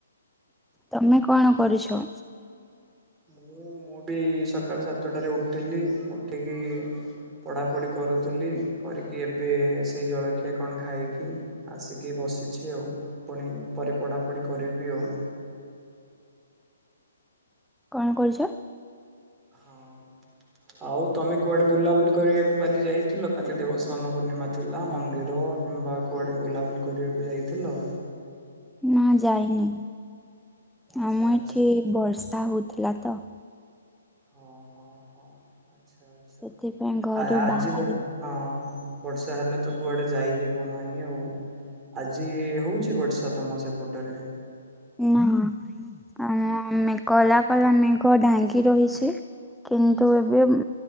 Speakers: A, in the centre; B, on the right.
A: ତମେ କଣ କରୁଛ?
B: ମୁଁ ମୁଁ ବି ସକାଳ ସାତଟାରେ ଉଠିଲି। ଉଠିକି ପଢ଼ାପଢ଼ି କରୁଥିଲି। କରିକି ଏବେ ସେଇ ଜଳଖିଆ କଣ ଖାଇକି ଆସିକି ବସିଛି ଆଉ। ପୁଣି ପରେ ପଢ଼ାପଢ଼ି କରିବି ଆଉ।
A: କଣ କରୁଚ?
B: ହଁ। ଆଉ ତମେ କୁଆଡେ ବୁଲାବୁଲି କରିବାକୁ କାଲି ଯାଇଥିଲ? କାଲି ଦେବସ୍ବାନ ପୂର୍ଣ୍ଣିମା ଥିଲା। ମନ୍ଦିର କିମ୍ବା କୁଆଡ଼େ ବୁଲାବୁଲି କରିବାକୁ ଯାଇଥିଲ?
A: ନା ଯାଇନି।
B: ଆଚ୍ଛା
A: ଆମ
B: ଆଚ୍ଛା
A: ଏଠି ବର୍ଷା ହଉଥିଲା ତ।
B: ହଁ ହଁ ହଁ। ଆଛା ଆଛା।
A: ସେଥିପାଇଁ ଘରୁ
B: ଆ ଆଜି
A: ବାହାରି
B: ବ ହଁ ବର୍ଷା ହେଲେ ତ କୁଆଡେ ଯାଇ ହେବ ନାହିଁ ଆଉ। ଆଜି ହଉଚି ବର୍ଷା ତମ ସେପଟରେ?
A: ନାଁ ନାଁ। ଆମ ଆମେ କଲା କଲା ମେଘ ଢାଙ୍ଗି ରହିଛି। କିନ୍ତୁ
B: ଆଚ୍ଛା
A: ଏବେ